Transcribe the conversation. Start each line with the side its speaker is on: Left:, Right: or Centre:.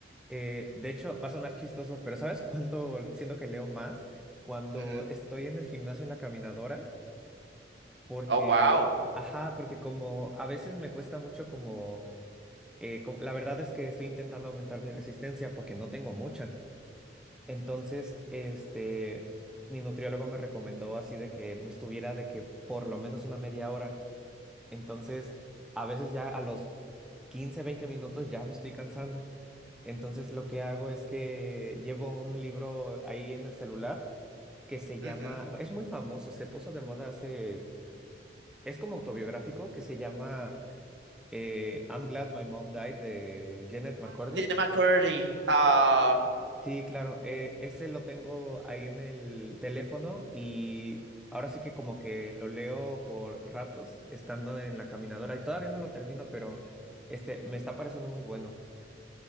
Centre: Eh, de hecho, va a sonar chistoso, pero ¿sabes <laughs> cuándo siento que leo más? Cuando
Right: ujú.
Centre: estoy en el gimnasio en la caminadora, porque,
Right: Oh, wow.
Centre: ajá, porque como a veces me cuesta mucho como, eh, como- la verdad es que estoy intentando aumentar mi resistencia porque no tengo mucha. Entonces, este, mi nutriólogo me recomendó así de que me estuviera de que por lo menos una media hora. Entonces, a veces ya a los 15, 20 minutos ya me estoy cansando. Entonces, lo que hago es que llevo un libro ahí en el celular que se llama,
Right: Ujú.
Centre: es muy famoso, se puso de moda hace, es como autobiográfico, que se llama eh, I'm Glad My Mom Died de Janet
Right: Ay,
Centre: McCordy.
Right: De Jenny McCurdy. Ah,
Centre: Sí, claro. eh, ese lo tengo ahí en el teléfono y ahora sí que como que lo leo por ratos estando en la caminadora y todavía no lo termino, pero este me está pareciendo muy bueno.